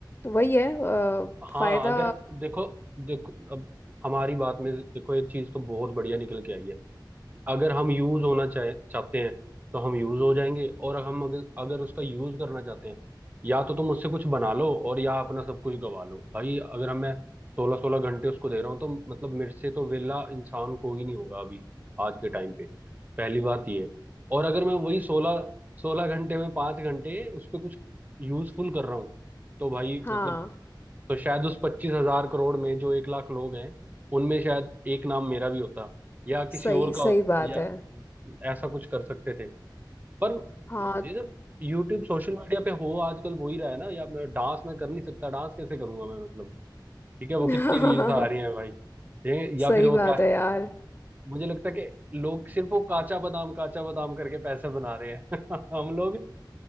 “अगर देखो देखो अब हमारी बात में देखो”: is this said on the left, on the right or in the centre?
Right